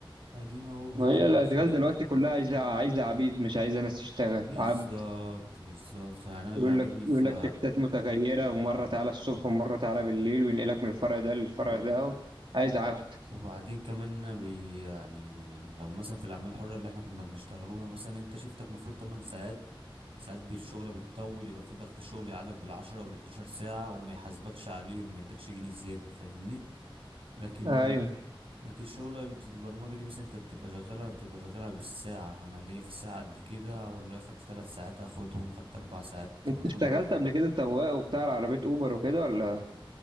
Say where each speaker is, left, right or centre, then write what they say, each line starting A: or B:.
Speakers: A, on the right; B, on the right.
A: ادينا اهو بنجيب
B: ما هي
A: مصروفنا
B: الاشغال دلوقتي كلها عايزه عايزه عبيد مش عايزه ناس تشتغل
A: بالظبط
B: عبد
A: بالظبط يعني انا اللي
B: يقول
A: عاجبني
B: لك
A: في
B: يقول لك شفتات متغيره ومره تعالى الصبح ومره تعالى بالليل وينقلك من الفرع ده للفرع
A: و...
B: ده عايز عبد
A: وبعدين كمان بي يعني ال- لو مثلا في الاعمال الحره اللي احنا كنا بنشتغلوها مثلا انت شفتك المفروض 8 ساعات ساعات بالشغل بتطول يبقى في ضغط شغل يقعدك بالعشرة وال12 ساعة وما يحاسبكش عليه وما يدكش جنيه زيادة فاهمني لكن
B: ايوه
A: لكن شغلة البرمجة دي مثلا انت بتبقى شغالها بتبقى شغالها بالساعة انا ليا في الساعة قد كده والله خدت ثلاث ساعات هاخدهم خدت اربع ساعات
B: انت
A: هاخدهم
B: اشتغلت قبل كده سواق وبتاع عربيه اوبر وكده ولا